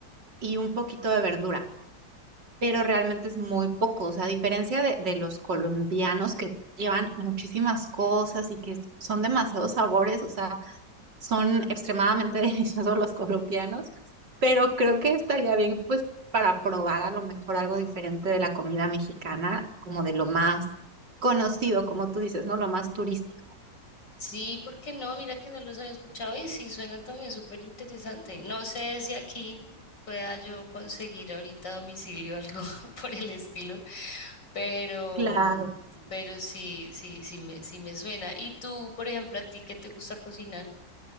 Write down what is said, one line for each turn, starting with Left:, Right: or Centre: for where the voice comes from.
Right: y un poquito de verdura, pero realmente es muy poco, o sea, a diferencia de, de los colombianos que llevan muchísimas cosas y que son demasiados sabores, o sea, son extremadamente <laughs> deliciosos los colombianos, pero creo que estaría bien pues para probar a lo mejor algo diferente de la comida mexicana, como de lo más conocido, como tú dices, ¿no? Lo más turístico.
Left: Sí, ¿por qué no? Mira que no los había escuchado y sí, suena también súper interesante. No sé si aquí pueda yo conseguir ahorita a domicilio algo <laughs> por el estilo, pero,
Right: Claro.
Left: mm, pero sí, sí, sí me, sí me suena. ¿Y tú, por ejemplo, a ti qué te gusta cocinar?